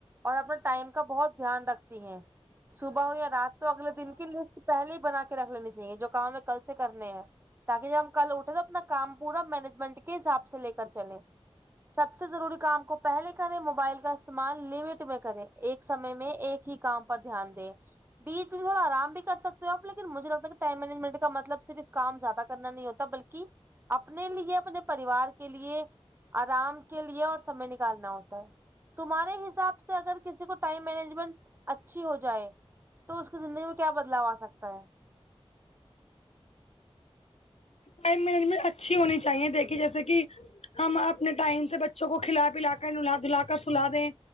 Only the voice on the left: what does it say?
ٹائم مینجمنٹ اچھی ہونی چاہیے دیکھیے جیسے کی ہم اپنے ٹائم سے بچوں کو کھلا پلا کر نھلا دھلا کر سلا دیں